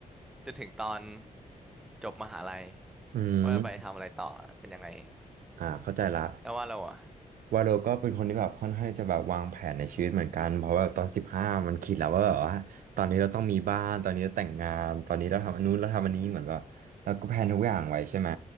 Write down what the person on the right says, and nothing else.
อืม
อ่าเข้าใจละ
วาโลก็เป็นคนที่แบบค่อนข้างที่จะแบบวางแผนในชีวิตเหมือนกันเพราะว่าตอนสิบห้ามันคิดแล้วว่าแบบว่าตอนนี้เราต้องมีบ้านตอนนี้เราแต่งงานตอนนี้เราทำอันนู้นเราทำอันนี้เหมือนแบบเราก็แพลนทุกอย่างไว้ใช่ไหม